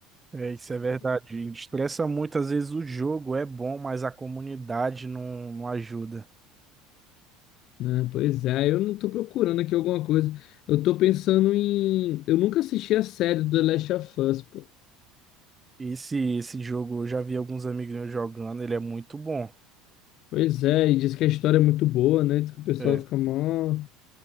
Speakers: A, on the right (about 15°); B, on the left (about 55°).
A: É, isso é verdade. Estressa muito, às vezes o jogo é bom, mas a comunidade não, não ajuda.
B: né? Pois é, eu não tô procurando aqui alguma coisa. Eu tô pensando em. Eu nunca assisti a série do The Last of Us, pô.
A: Esse, esse jogo, eu já vi alguns amigos meus jogando, ele é muito bom.
B: Pois é, e diz que a história é muito boa, né? Diz que o pessoal
A: É.
B: fica mó. O